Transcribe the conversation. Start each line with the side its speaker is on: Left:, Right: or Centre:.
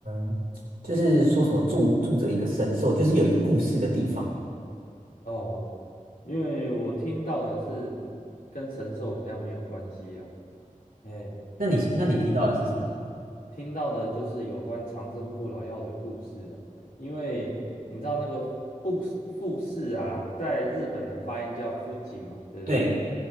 Right: 呃就是说什么住住着一个神兽，就是有一个故事的地方。
Left: 哦，因为我听到的是跟神兽比较没有关系啦，哎，
Right: 那你那你听到的是什么？
Left: 听到的就是有关长生不老药的故事啊，因为你知道那个富士富士啊，在日本的发音叫 f u 嘛，对不对？
Right: 对，